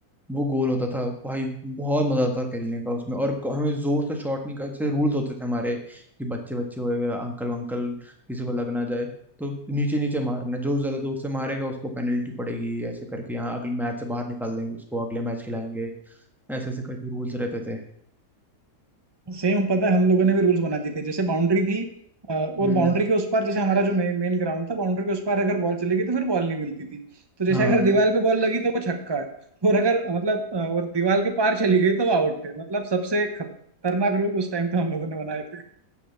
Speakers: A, in the centre; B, on the right.
A: वो गोल होता था भाई बहुत मजा आता था खेलने का उसमें और क- हमें जोर से शॉट नहीं करते रूल्स होते थे हमारे कि बच्चे बच्चे हो गए अंकल वंकल किसी को लग ना जाए तो नीचे नीचे मारना है। जो ज्यादा दूर से मारेगा उसको पेनल्टी पड़ेगी ऐसे करके यहाँ अगले मैच से बाहर निकाल देंगे उसको अगले मैच खिलाएंगे ऐसे ऐसे करके रूल्स रहते थे
B: सेम पता है हम लोगों ने भी रूल्स बना दिए थे जैसे बाउंड्री थी अ, और
A: हम्म
B: बाउंड्री के उस पार जैसे हमारा जो मेन ग्राउंड था बाउंड्री के उस पार अगर बॉल चली गई तो फिर बॉल नहीं मिलती थी तो जैसे
A: हाँ
B: अगर दीवार पे बॉल लगी तो वो छक्का है और अगर मतलब अ, और दीवार के पार चली गई तो वो आउट है मतलब सबसे खतरनाक रूल उस टाइम पे हम लोगों ने बनाए थे